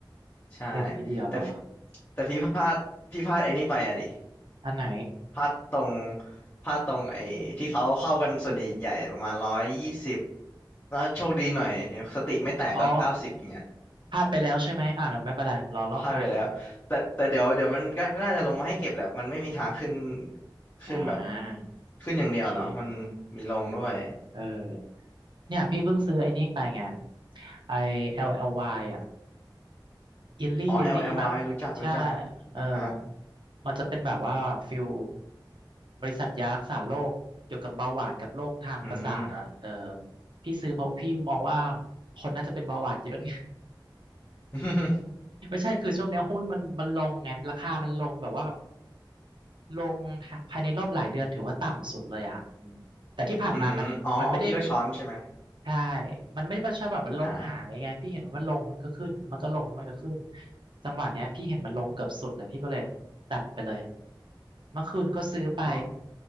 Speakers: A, on the left; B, on the right.
A: ใช่
B: เอ็นพีเดียวเหรอ
A: แต่พี่แต่พี่พลาดพี่พลาดไอ้นี่ไปอะดิ
B: อันไหน
A: พลาดตรงพลาดตรงไอ้ที่เขาเข้ากันส่วนใหญ่ๆประมาณร้อยยี่สิบแล้วโชคดีหน่อยสติไม่แตกก็เก้าสิบอย่างเงี้ย
B: อ๋อพลาดไปแล้วใช่ไหมอ่าไม่เป็นไรรอรอบใหม่
A: พลาดไปแล้วแต่แต่เดี๋ยวเดี๋ยวมันก็น่าจะลงมาให้เก็บแหละมันไม่มีทางขึ้นขึ้นแบบ
B: อ่า
A: ขึ้นอย่างเดียวเนาะมันมีลงด้วย
B: โอเคเออเนี่ยพี่เพิ่งซื้อไอ้นี่ไปไงไอ้ l l ยอ่ะ อิลลี่ลิลลี่มั้งใช่
A: อ๋อ LLY รู้จักรู้จักอ่ะฮะ
B: เออมันจะเป็นแบบว่าฟิลบริษัทยารักษาโรคเกี่ยวกับเบาหวานกับโรคทางประสาทอ่ะเออ
A: อืม
B: พี่ซื้อเพราะพี่มองว่าคนน่าจะเป็นเบาหวานเยอะไง
A: <laughs>
B: <laughs> ไม่ใช่คือช่วงเนี้ยหุ้นมันมันลงไงราคามันลงแบบว่า ลงค่ะภายในรอบหลายเดือนถือว่าต่ำสุดเลยอ่ะอืมแต่ที่ผ่านมามันมันไม่ได้
A: อืมอ๋อพี่ก็ช้อนใช่ไหม
B: ใช่ มันไม่ใช่แบบมันลงหายไงพี่เห็นว่ามันลงแล้วมันก็ขึ้นมันก็ลงแล้วมันก็ขึ้น
A: อ่า
B: จังหวะเนี้ยพี่เห็นมันลงเกือบสุดเลยพี่ก็เลยตัดไปเลยเมื่อคืนก็ซื้อไป
A: อ๋อ